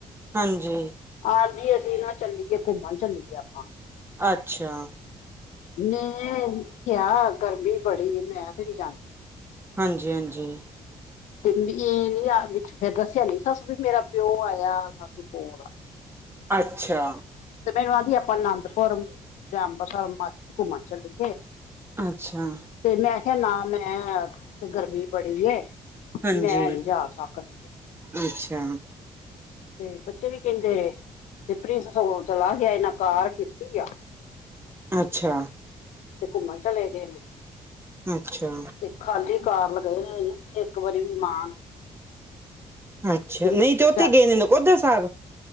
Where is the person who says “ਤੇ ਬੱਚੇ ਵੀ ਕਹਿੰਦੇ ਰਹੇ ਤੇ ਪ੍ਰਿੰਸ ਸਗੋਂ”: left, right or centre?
Left